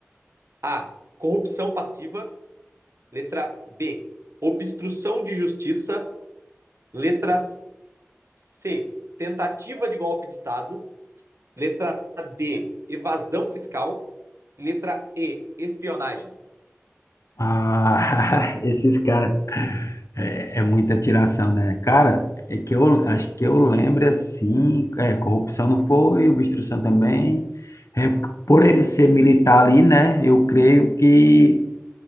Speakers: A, on the right (about 65°); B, on the left (about 85°).
A: A. Corrupção passiva. Letra B. Obstrução de justiça. Letra C. Tentativa de golpe de Estado. Letra D. Evasão fiscal. Letra E. Espionagem.
B: Ah, <laughs> esses caras. É, é muita tiração, né? Cara, é que eu acho que eu lembro assim, é, corrupção não foi, obstrução também. É, por ele ser militar ali, né? Eu creio que